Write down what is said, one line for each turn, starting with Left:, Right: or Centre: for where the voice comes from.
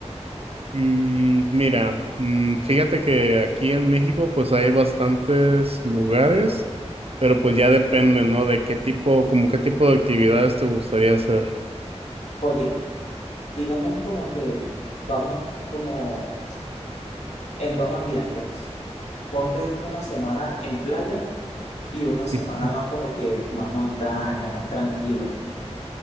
Right: Mm, mira, mm, fíjate que aquí en México, pues hay bastantes lugares, pero pues ya depende, ¿no? De qué tipo, como qué tipo de actividades te gustaría hacer.
Left: Oye, digamos como que vamos como en dos ambientes. Ponte una semana en playa y una semana
Right: <laughs>
Left: más como que más montaña, más tranquilo.